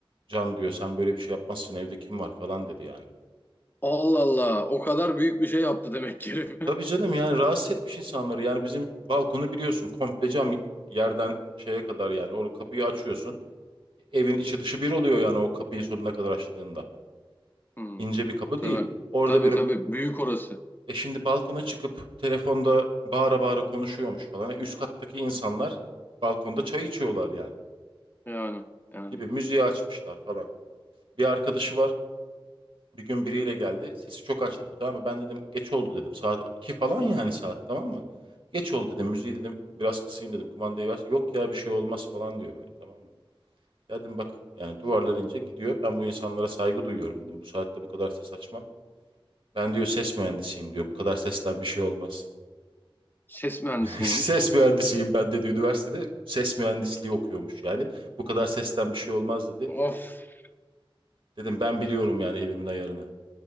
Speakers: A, on the right (about 65°); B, on the left (about 20°).
A: Can diyor sen böyle bir şey yapmazsın evde kim var falan dedi yani.
B: Allah Allah o kadar büyük bir şey yaptı demek ki herif.
A: Tabii canım yani rahatsız etmiş insanları. Yani bizim balkonu biliyorsun komple cam yerden şeye kadar yani. O kapıyı açıyorsun. Evin içi dışı bir oluyor yani o kapıyı sonuna kadar açtığında.
B: Hmm,
A: İnce bir kapı
B: tabii.
A: değil. Orada
B: Tabii
A: böyle
B: tabii. Büyük orası.
A: E şimdi balkona çıkıp telefonda bağıra bağıra konuşuyormuş falan. E üst kattaki insanlar balkonda çay içiyorlar yani
B: Yani. Yani.
A: gibi müziği açmışlar falan. Bir arkadaşı var. Bir gün biriyle geldi. Sesi çok açtı bu tamam mı? Ben dedim geç oldu dedim. Saat 2 falan yani saat tamam mı? Geç oldu dedim. Müziği dedim biraz kısayım dedim. Kumandayı ver. Yok ya bir şey olmaz falan diyor böyle tamam mı? Dedim bak yani duvarlar ince gidiyor. Ben bu insanlara saygı duyuyorum dedim. Bu saatte bu kadar ses açmam. Ben diyor ses mühendisiyim diyor. Bu kadar sesten bir şey olmaz.
B: Ses mühendisi
A: <laughs> Ses
B: miymiş?
A: mühendisiyim ben dedi üniversitede. Ses mühendisliği okuyormuş yani. Bu kadar sesten bir şey olmaz dedi.
B: Of. <laughs>
A: Dedim ben biliyorum yani evimin ayarını.